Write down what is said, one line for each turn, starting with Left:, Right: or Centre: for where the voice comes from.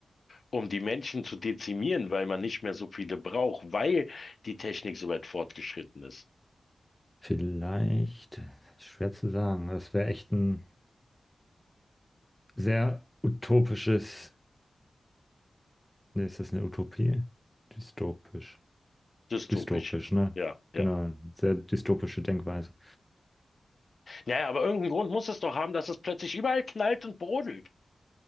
Left: Um die Menschen zu dezimieren, weil man nicht mehr so viele braucht, weil die Technik so weit fortgeschritten ist.
Centre: Vielleicht, schwer zu sagen, das wäre echt ein sehr utopisches, ne, ist das eine Utopie? Dystopisch.
Left: Dystopisch.
Centre: Dystopisch, ne?
Left: Ja, ja.
Centre: Genau, sehr dystopische Denkweise.
Left: Naja, aber irgendeinen Grund muss es doch haben, dass es plötzlich überall knallt und brodelt.